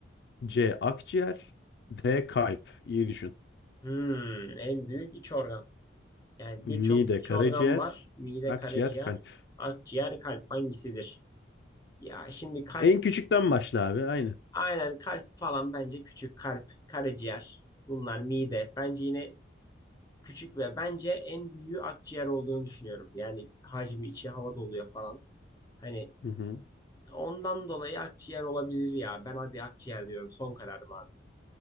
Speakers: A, on the left (about 55°); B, on the left (about 20°).
A: C. Akciğer D. Kalp. İyi düşün.
B: Hmm, en büyük iç organ. Yani
A: Mide,
B: birçok iç
A: karaciğer,
B: organ var. Mide,
A: akciğer,
B: karaciğer,
A: kalp.
B: akciğer, kalp hangisidir? Ya şimdi kalp,
A: En küçükten başla abi. Aynı.
B: aynen kalp falan bence küçük kalp, karaciğer. Bunlar mide. Bence yine küçük ve bence en büyüğü akciğer olduğunu düşünüyorum. Yani hacmi içi hava doluyor falan. Hani
A: Hı hı.
B: ondan dolayı akciğer olabilir ya. Ben hadi akciğer diyorum. Son kararım abi.